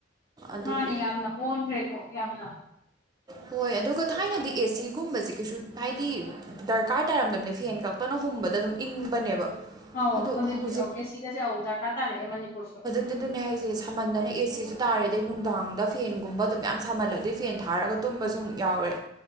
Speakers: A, on the right; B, on the left.
A: ꯑꯗꯨꯒꯤ
B: ꯃꯥꯅꯦ ꯌꯥꯝꯅ ꯑꯣꯟꯒꯔꯦꯀꯣ ꯌꯥꯝꯅ
A: ꯍꯣꯏ ꯑꯗꯨꯒ ꯊꯥꯏꯅꯗꯤ ꯑꯦꯁꯤꯒꯨꯝꯕꯁꯤ ꯀꯩꯁꯨ ꯍꯥꯏꯗꯤ ꯗꯔꯀꯥꯔ ꯇꯥꯔꯝꯗꯝꯅꯦ ꯐꯦꯟ ꯈꯛꯇꯅ ꯍꯨꯝꯕꯗ ꯑꯗꯨꯝ ꯏꯪꯕꯅꯦꯕ
B: ꯑꯧ
A: ꯑꯗꯣ
B: ꯍꯧꯖꯤꯛꯇꯤ
A: ꯍꯧꯖꯤꯛ
B: ꯑꯧ ꯑꯦꯁꯤꯒꯁꯦ ꯑꯧ ꯗꯔꯀꯥꯔ ꯇꯥꯔꯦꯑꯦ ꯃꯅꯤꯄꯨꯔꯁꯨ
A: ꯇꯨꯗꯨꯅꯦ ꯍꯥꯏꯖꯦ ꯁꯥꯝꯃꯟꯗꯅ ꯑꯦ ꯁꯤꯁꯨ ꯇꯥꯔꯦ ꯑꯗꯩ ꯅꯨꯡꯗꯥꯡꯗ ꯐꯦꯟꯒꯨꯝꯕ ꯑꯗꯨꯝ ꯃꯌꯥꯝ ꯁꯥꯝꯃꯜꯂꯗꯤ ꯐꯦꯟ ꯊꯥꯔꯒ ꯇꯨꯝꯕꯁꯨꯨ ꯑꯃꯨꯛ ꯌꯥꯎꯔꯦ